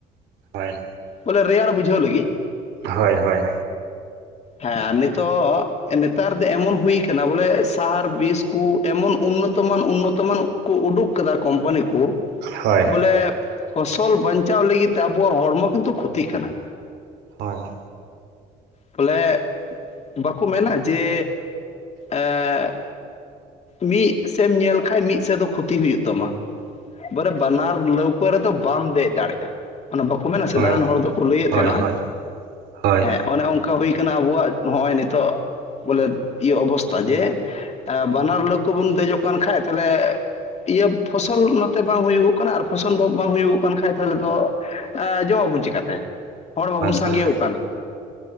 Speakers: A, on the right (about 80°); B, on the left (about 40°).
A: ᱦᱳᱭ,
B: ᱵᱚᱞᱮ ᱨᱮᱭᱟᱲ ᱵᱩᱡᱷᱟᱹᱣ ᱞᱟᱹᱜᱤᱫ᱾
A: ᱦᱳᱭ ᱦᱳᱭ᱾
B: ᱦᱮᱸ ᱟᱨ ᱱᱤᱛᱚᱜ ᱮ ᱱᱮᱛᱟᱨ ᱫᱚ ᱮᱢᱚᱱ ᱦᱩᱭ ᱟᱠᱟᱱᱟ ᱵᱚᱞᱮ ᱥᱟᱨ ᱵᱤᱥ ᱠᱚ ᱮᱢᱚᱱ ᱩᱱᱱᱚᱛᱚᱢᱟᱱ ᱩᱱᱱᱚᱛᱚᱢᱟᱱᱚᱜ ᱠᱚ ᱩᱰᱩᱠ ᱠᱟᱫᱟ ᱠᱳᱢᱯᱟᱱᱤ ᱠᱚ
A: ᱦᱳᱭ
B: ᱵᱚᱞᱮ ᱯᱷᱚᱥᱚᱞ ᱵᱟᱧᱪᱟᱣ ᱞᱟᱹᱜᱤᱫ ᱛᱮ ᱟᱵᱚᱣᱟᱜ ᱦᱚᱲᱢᱚ ᱠᱤᱱᱛᱩ ᱠᱷᱚᱛᱤᱜ ᱠᱟᱱᱟ᱾
A: ᱦᱳᱭ᱾
B: ᱵᱚᱞᱮ ᱵᱟᱠᱚ ᱢᱮᱱᱟ ᱡᱮ ᱮᱜ ᱢᱤᱫ ᱥᱮᱫ ᱮᱢ ᱧᱮᱞ ᱠᱷᱟᱡ ᱢᱤᱫ ᱥᱮᱫ ᱫᱚ ᱠᱷᱚᱛᱤ ᱦᱩᱭᱩᱜ ᱛᱟᱢᱟ᱾ ᱵᱚᱞᱮ ᱵᱟᱱᱟᱨ ᱞᱟᱹᱣᱠᱟᱹ ᱨᱮᱫᱚ ᱵᱟᱢ ᱫᱮᱡ ᱫᱟᱲᱮᱜᱼᱟ᱾ ᱚᱱᱟ ᱵᱟᱠᱚ ᱢᱮᱱᱟ ᱥᱮᱫᱟᱭ
A: ᱦᱳᱭ
B: ᱨᱮᱱ ᱦᱚᱲ ᱫᱚᱠᱚ ᱞᱟᱹᱭᱮᱫ
A: ᱦᱳᱭ
B: ᱛᱟᱦᱮᱱᱟ
A: ᱦᱳᱭ ᱦᱳᱭ ᱦᱳᱭ ᱦᱳᱭ
B: ᱦᱮᱸ ᱚᱱᱮ ᱚᱝ ᱠᱟ ᱦᱩᱭ ᱟᱠᱟᱱᱟ ᱟᱵᱚᱣᱟᱜ ᱦᱚᱸᱜᱼᱚᱭ ᱱᱤᱛᱚᱜ ᱵᱚᱞᱮ ᱤᱭᱟᱹ ᱚᱵᱚᱥᱛᱟ ᱡᱮ ᱮᱵ ᱵᱟᱱᱟᱨ ᱞᱟᱹᱣᱠᱟᱹ ᱵᱚᱱ ᱫᱮᱡᱚᱜ ᱠᱟᱱ ᱠᱷᱟᱡ ᱛᱟᱦᱞᱮ ᱤᱭᱟᱹ ᱯᱷᱚᱥᱚᱞ ᱱᱚᱛᱮ ᱵᱟᱝ ᱦᱩᱭᱩᱜᱚᱜ ᱠᱟᱱᱟ, ᱟᱨ ᱯᱷᱚᱥᱚᱞ ᱵᱟᱝ ᱵᱟᱝ ᱦᱩᱭᱩᱜᱚᱜ ᱠᱟᱱ ᱠᱷᱟᱡ ᱛᱟᱦᱚᱞᱮ ᱫᱚ ᱟ ᱡᱚᱢᱟᱵᱚᱱ ᱪᱤᱠᱟᱹᱛᱮ ᱦᱚᱲ ᱢᱟᱵᱚᱱ ᱥᱟᱸᱜᱮᱣ
A: ᱦᱳᱭ
B: ᱟᱠᱟᱱ᱾